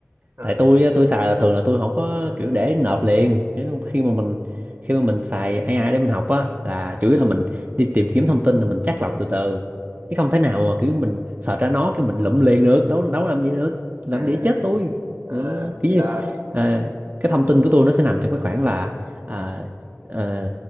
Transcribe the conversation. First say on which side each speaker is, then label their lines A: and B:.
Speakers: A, on the right; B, on the right.
A: hả
B: tại tôi á, tôi xài là thường là tôi không có kiểu để nộp liền Thế nên khi mà mình khi mà mình xài AI để mình học á là chủ yếu là mình đi tìm kiếm thông tin rồi mình chắt lọc từ từ chứ không thể nào mà kiểu mình search ra nó cái mình lụm liền được đâu đâu làm gì được làm
A: à,
B: gì chết tôi
A: à
B: ừ, kiểu
A: là
B: như à, cái thông tin của tôi nó sẽ nằm trong cái khoảng là à, ờ,